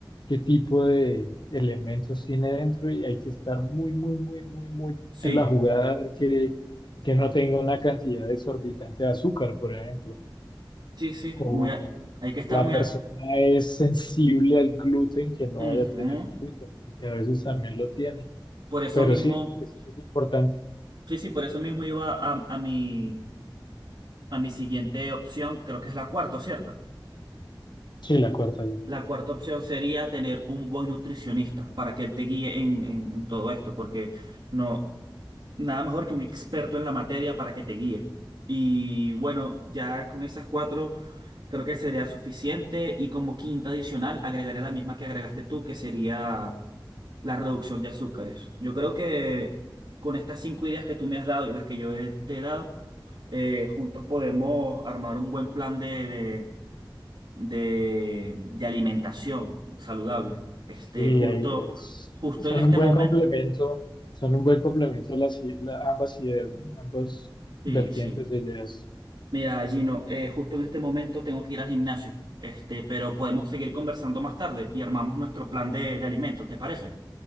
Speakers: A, on the left; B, on the right.
A: qué tipo de elementos tiene dentro y hay que estar muy, muy, muy, muy, muy
B: sí,
A: en la jugada a ver que, que no tenga una cantidad exorbitante de azúcar, por ejemplo
B: sí, sí,
A: o
B: muy a- hay que estar
A: la
B: muy...
A: persona
B: a-
A: es sensible al gluten, que no
B: Ujú.
A: vaya a tener gluten, porque a veces también lo tiene.
B: Por eso
A: Pero
B: mismo,
A: sí, es, es importante.
B: sí, sí, por eso mismo iba a, a mi, a mi siguiente opción, que creo que es la cuarta, ¿cierto?
A: Sí, la cuarta yo.
B: La cuarta opción sería tener un buen nutricionista para que él te guíe en, en en todo esto, porque no... Nada mejor que un experto en la materia para que te guíe. Y bueno, ya con esas cuatro creo que sería suficiente. Y como quinta adicional, agregaré la misma que agregaste tú, que sería la reducción de azúcares. Yo creo que con estas cinco ideas que tú me has dado y las que yo he- te he dado, eh, juntos podemos armar un buen plan de, de, de, de alimentación saludable. Este,
A: Sí,
B: justo,
A: ahí es-
B: justo
A: son
B: en este
A: un buen
B: momento.
A: complemento, son un buen complemento las, i- la- ambas ideas, ¿no? ambos
B: Sí,
A: vertientes
B: sí.
A: de ideas.
B: Mira, Gino, eh, justo en este momento tengo que ir al gimnasio, este, pero podemos seguir conversando más tarde y armamos nuestro plan de, de alimentos, ¿te parece?